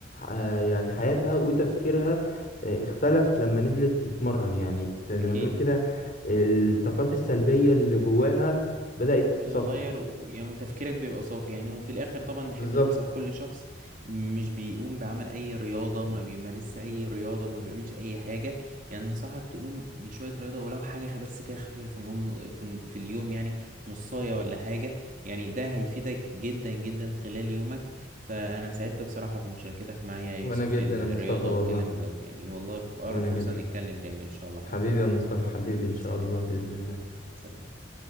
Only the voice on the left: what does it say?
آه، يعني حياتها وتفكيرها آه، اختلف لما نزلت تتمرن يعني زي
ما تقول كده الطاقات السلبية اللي جواها بدأت
تتصفى
بالظبط
وانا
جدا
يا مصطفى والله
وانا
جدا
حبيبي يا
مصطفى
حبيبي
ان شاء
الله بإذن الله